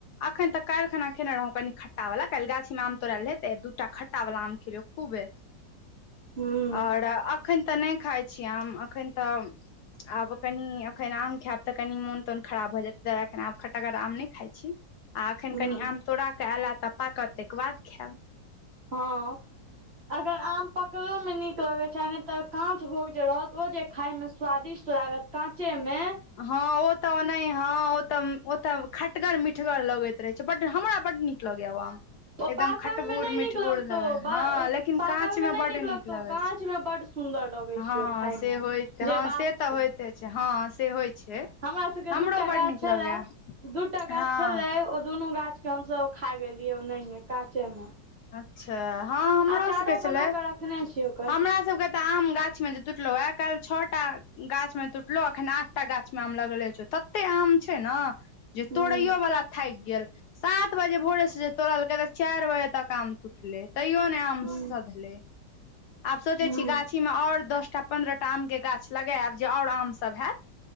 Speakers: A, on the left (about 70°); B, on the right (about 35°).
A: अखैन तऽ कैल्ह खेने रहौँ कनि खट्टा वला कैल्ह गाछीमे आम तोड़ेल रहै तऽ दूटा खटा ट्टा बाला आम खेलियेै खूबे।
B: हूँ।
A: और अखैन तऽ नै खाइ छीयै आम अखैन तऽ आब कनि एखैन आम खाएब। तऽ कनि मोन -तोन खराब भऽ जेएत तेै दुआरे एखन आब खट्टगर आम नै खाय छी। आ अखैन
B: ह्म
A: कनि आम तोड़ा कऽ एयल तऽ पाकत तायके बाद खाएब।
B: हँ अगर आम पकलोमे नीक लगै छै नै तऽ। काँच भोग जे रहत ओ जे खाय में स्वादिष्ट लागत काँचे में।
A: हँ ओ तऽ ओ नहि हँ। तम ओतऽ खटगर- मिठगर लगैत रहे छै बड हमरा बड़ नीक लागेैया ओ आम।
B: ओ
A: एकदम
B: पाकल
A: खट्टगुर
B: मे नहि
A: मिठगुर
B: नीक लगतौ
A: लगै हँ लेकिन
B: पाकल
A: काँचमे
B: मे नहि
A: बड नीक
B: लगतौ
A: लगै
B: काँच
A: छै।
B: मे बड सुन्दर लगै
A: हँ
B: छै ओ खाय
A: से
B: मे
A: होयत
B: जे
A: हँ
B: बात
A: से तऽ होइते छै हँ से होय छै।
B: हमरा सबके के
A: हमरो
B: दूटा
A: बड
B: गाछ
A: नीक
B: छेल्ला
A: लगैया
B: दूटा गाछ
A: हँ
B: छेलेै ओ दुनू गाछ। हम सब खा गेलियै ओनैहे काचे मे।
A: अच्छा हँ हमरो
B: अचारो
A: सबके छेलै
B: बना कऽ रखने छियै ओकर
A: हमरा सबके तऽ आम गाछ मे जे टुटलौ ए कैल्ह छः टा गाछमे टूटलो एखन आठटा गाछमे आम लगले छौ तते आम छै नऽ। जे
B: हूं
A: तोड़ैयो वाला थाइक गेल सात बजे भोरे से जे तोड़लकै तऽ चैर बजे तक आम टूटलेै तैयो ने आम
B: हूं
A: सधलेै। आब सोचै
B: हूं
A: छी गाछीमे ओर दस टा पन्द्रह टा आमके गाछ लगेएब जे ओर आम सब हेएत।